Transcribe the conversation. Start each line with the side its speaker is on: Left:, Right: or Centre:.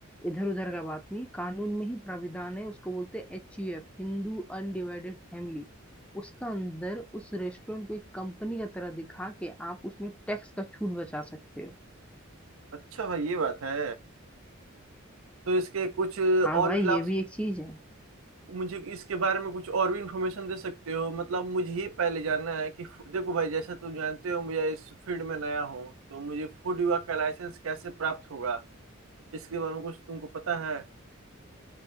Centre: इधर उधर का बात नहीं कानून में ही प्राविधान है उसको बोलते हैं एच यू एफ हिंदू अनडिवाइडेड फैमिली उसका अंदर उस रेस्टोरेंट को एक कंपनी का तरह दिखा के आप उसमें टैक्स का छूट बचा सकते हो
Right: अच्छा भाई ये बात है तो इसके कुछ और
Centre: हाँ भाई
Right: भी
Centre: ये
Right: लाभ
Centre: भी एक चीज है
Right: मुझे इसके बारे में कुछ और भी इंफॉर्मेशन दे सकते हो मतलब मुझे ही पहले जानना है कि फू- देखो भाई जैसे तुम जानते हो मुझे इस फील्ड में नया हूँ तो मुझे फूड विभाग का लाइसेंस कैसे प्राप्त होगा इसके बारे में कुछ तुमको पता है